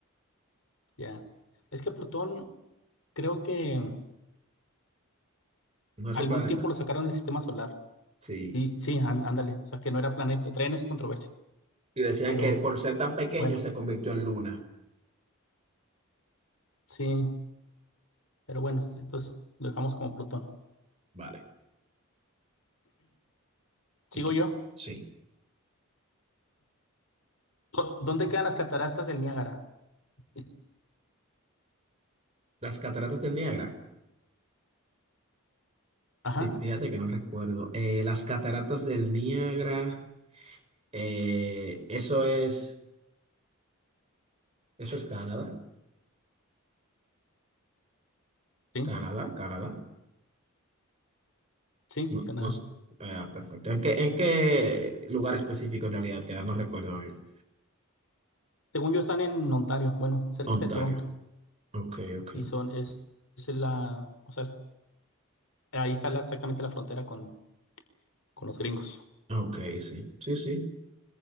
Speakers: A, on the left; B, on the right.
A: Ya. Es que Plutón, creo que
B: no es
A: algún
B: un planeta.
A: tiempo lo sacaron del sistema solar.
B: Sí.
A: Y sí, án- ándale. O sea, que no era planeta. Traen esa controversia.
B: Y decían
A: Pero
B: que por ser tan pequeño
A: bueno,
B: se convirtió en luna.
A: sí. Pero bueno, entonces lo dejamos como Plutón.
B: Vale, tú,
A: Sigo
B: tú.
A: yo.
B: Sí.
A: ¿Dó- ¿Dónde quedan las cataratas del Niágara? Eh,
B: Las cataratas del Niágara.
A: Ajá.
B: Sí, fíjate que no recuerdo. Eh, las cataratas del Niágara. Eh, eso es, eso es Canadá,
A: Sí,
B: Canadá, Canadá.
A: sí,
B: No,
A: Canadá.
B: no sé. Ah, perfecto. ¿En qué, en qué lugar específico en realidad queda? No recuerdo bien.
A: Según yo, están en Ontario. Bueno, cerquita
B: Ontario.
A: de Toronto.
B: Ok, ok.
A: Y son. Es, es la. O sea, es- ahí está la- exactamente la frontera con. con los gringos.
B: Ok, sí. Sí, sí.